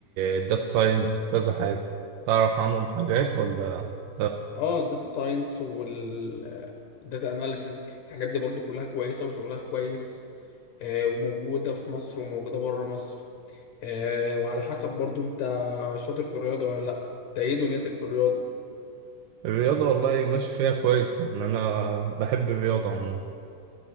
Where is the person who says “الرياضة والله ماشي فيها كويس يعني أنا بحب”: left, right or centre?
Right